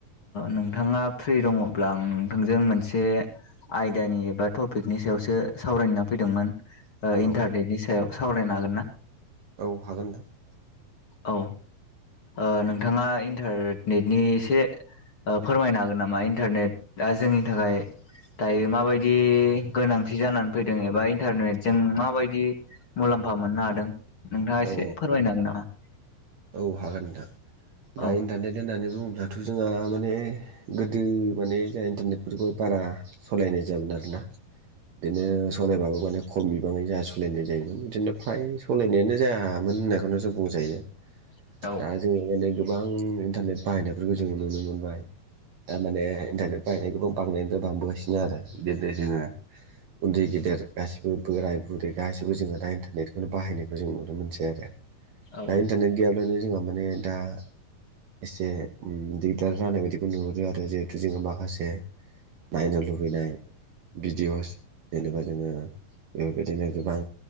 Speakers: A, on the left (about 40°); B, on the right (about 60°).
A: नोंथाङा फ्रि दङब्ला आं नोंथांजों मोनसे आयदानि एबा टपिकनि सायावसो सावरायनो‌ होनना फैदोंमोन। ओ इन्टारनेटनि
B: औ
A: सायाव सावरायनो हागोन ना?
B: औ हागोन नोंथां।
A: औ ओ नोंथाङा इन्टारनेटनि एसे ओ फोरमायनो हागोन नामा? इन्टारनेटा जोंनि थाखाय दायो माबायदि गोनांथि जानानै फैदों एबा इन्टारनेटजों माबायदि मुलाम्फा मोननो हादों, नोंथाङा एसे
B: औ
A: फोरमायनो हागोन नामा?
B: औ हागोन नोंथां। दा
A: औ
B: इन्टारनेट होननानै बुङोब्ला थ' जोंहा माने गोदो माने जोंहा इन्टारनेटफोरखौ बारा सलायनाय जायामोन आरोना। बिदिनो सलायबाबो माने खम बिबाङै जोंहा सलायनाय जायोमोन बिदिनो फ्राय सलायनायानो जायामोन होननायखौनो जों बुंजायो।
A: <inaudible>
B: दा जोङो माने गोबां इन्टारनेट बाहायनायफोरखौ जों नुनो मोनबाय। दा माने इन्टारनेट बाहायनायखौबो बांनायनिफ्राय बांबोगासिनो आरो बिदिनो जोङो उन्दै-गेदेर गासिबो बोराय-बुरै गासैबो जोङो दा इन्टारनेटखौनो बाहायनायखौ जों नुनो मोनसै आरो।
A: औ
B: दा इन्टारनेट गैयाब्लानो जोंहा माने दा एसे उम दिगदार जानाय बायदिखौ नुहुरो आरो जिहेथु जोङो माखासे नायनो लुबैनाय भिडिअ'स जेनेबा जोङो बेबायदिनो गोबां